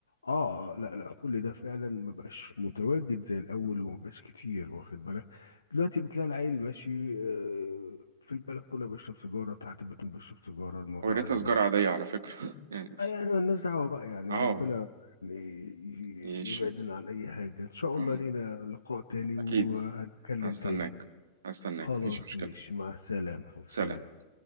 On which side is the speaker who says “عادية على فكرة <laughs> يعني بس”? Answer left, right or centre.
Right